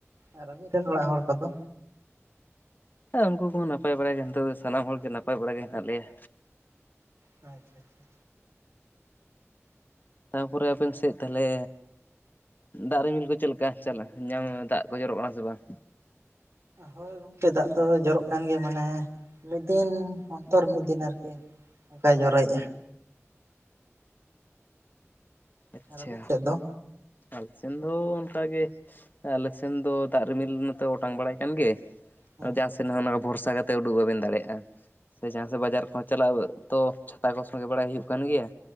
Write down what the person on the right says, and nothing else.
ᱟᱨ ᱟᱹᱵᱤᱱ ᱨᱮᱱ ᱚᱲᱟᱜ ᱦᱚᱲ ᱠᱚᱫᱚ?
ᱟᱪᱪᱷᱟ ᱟᱪᱪᱷᱟ᱾
ᱦᱳᱭ ᱜᱚᱝᱠᱮ ᱫᱟᱜ ᱫᱚ ᱡᱚᱨᱚᱜ ᱠᱟᱱ ᱜᱮᱭᱟ ᱢᱟᱱᱮ ᱢᱤᱫ ᱫᱤᱱ ᱚᱱᱛᱚᱨ ᱢᱤᱫ ᱫᱤᱱ ᱟᱨᱠᱤ ᱚᱱᱠᱟᱭ ᱡᱚᱨᱚᱭᱮᱜᱼᱟ
ᱟᱨ ᱟᱹᱵᱤᱱ ᱥᱮᱫ ᱫᱚ?
ᱦᱩᱸ
ᱦᱩᱸ